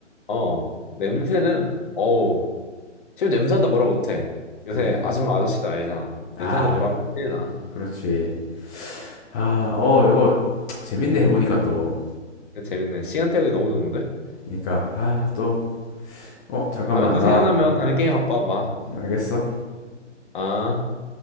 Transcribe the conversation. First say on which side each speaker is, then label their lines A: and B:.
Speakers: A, on the left (about 45°); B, on the left (about 15°).
A: 어, 냄새는, 어우, 지금 냄새한다 뭐라 못해. 요새
B: 그러니까
A: 아줌마 아저씨들 알잖아.
B: 아
A: 냄새한다 뭐라 하면 큰일 나.
B: 그렇지. 아
A: 아,
B: 어 이거 재밌네 해보니까 또.
A: 재밌네. 시간 때우기 너무 좋은데?
B: 그러니까 아 또 어 잠깐만
A: 다음에 또
B: 나
A: 생각나면 다른 게임 갖고 와봐.
B: 알겠어.
A: 아.